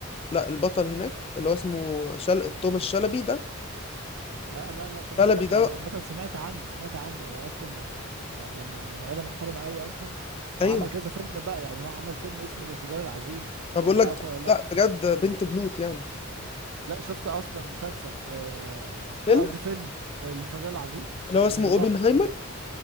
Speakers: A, on the left; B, on the right.
A: لا البطل هناك اللي هو اسمه شل... توماس شلبي ده
B: لا لا لا توماس
A: شلبي
B: شلبي
A: ده
B: انا عامه سمعت عنه سمعت عنه هو اصلا من يعني من من عيله محترمه قوي اصلا وعمل
A: ايوه
B: كذا فيلم بقى يعني هو عمل فيلم اسمه الانفجار العظيم مش
A: انا بقول
B: عارف
A: لك
B: تعرفه ولا لا
A: لا بجد بنت بنوت يعني
B: لا شفت اصلا مسلسل آه،
A: فيلم
B: قصدي فيلم آه، الانفجار العظيم
A: اللي هو
B: فيلم
A: اسمه اوبنهايمر
B: تحفه